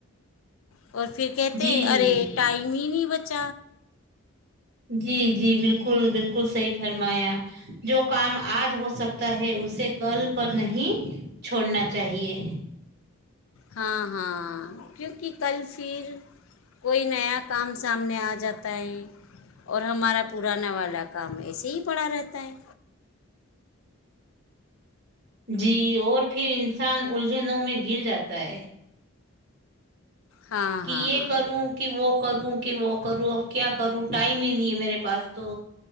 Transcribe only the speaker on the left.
اور پھر کہتے
ہیں ارے
ٹائم ہی نہیں بچ چ
ہاں ہاں کیونکہ کل پھر کوئی نیا کام سامنے آ جاتا ہے اور ہمارا پرانا والا کام ایسے ہی پڑا رہتا ہے
ہاں
ہاں